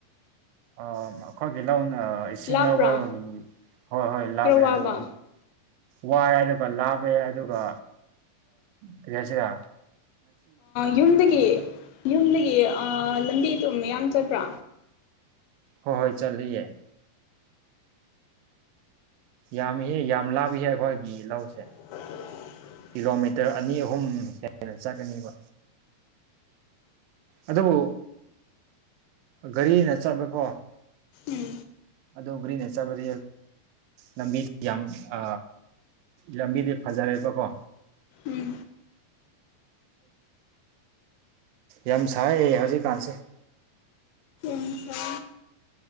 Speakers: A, on the right (about 80°); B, on the left (about 75°).
A: ꯑ ꯃ ꯍꯒꯂ ꯏꯁꯤꯡ
B: ꯂꯥꯞꯄ꯭ꯔꯥ
A: ꯂꯧꯕ ꯍꯣꯏ ꯍꯣꯏ ꯂꯥꯞꯑꯦ
B: ꯈꯔ ꯋꯥꯕ
A: ꯑꯗꯣ ꯋꯥꯏꯔ ꯂꯥꯕ ꯌꯥꯏ ꯑꯗꯨꯒ ꯀ ꯍꯥꯏꯁꯤꯔ
B: ꯌꯨꯝꯗꯒꯤ ꯌꯨꯝꯗꯒꯤ ꯂꯝꯕꯤ ꯑꯗꯨ ꯃꯌꯥꯝ ꯆꯠꯄ꯭ꯔꯥ
A: ꯍꯣꯏ ꯍꯣꯏ ꯆꯠꯂꯤꯌꯦ ꯌꯥꯝꯍ ꯌꯥꯝ ꯂꯥꯞꯍꯦ ꯑꯩꯈꯣꯏꯒꯤ ꯂꯧꯁꯦ
B: <inaudible>
A: ꯀꯤꯂꯣꯃꯤꯇꯔ ꯑꯅꯤ ꯑꯍꯨꯝ ꯍꯦꯟꯅ ꯆꯠꯀꯅꯦꯕ ꯑꯗꯨꯕꯨ ꯒꯥꯔꯤꯅ ꯆꯠꯃꯦꯦꯀꯣ
B: ꯎꯝ
A: ꯑꯣ ꯒ꯭ꯔꯤꯟꯦ ꯆꯕꯗꯤ ꯂꯝꯕꯤ ꯌꯥꯝ ꯑ ꯂꯝꯕꯤꯗꯤ ꯐꯖꯔꯦꯕꯀꯣ
B: ꯎꯝ
A: ꯌꯥꯝ ꯁꯥꯏ ꯍꯧꯖꯤꯛꯀꯥꯟꯁꯦ
B: ꯑꯁ